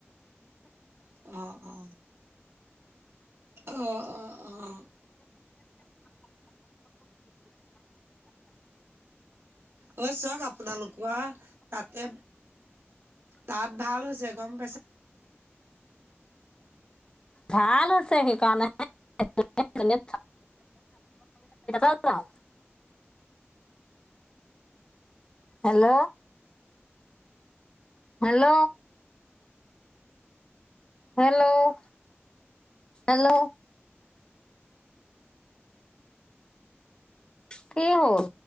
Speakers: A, on the right; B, on the left.
A: অ, অ'। অ, অ'। অঁ অঁ। অঐ চক, আপোনালোকৰ তাতে, তাত ভাল হৈছে গম পাইছে?
B: ভাল হৈছে সেইকাৰণে, চাৰি যা। <unintelligible> হেল্ল'। হেল্ল'। Hello, hello. কি হল?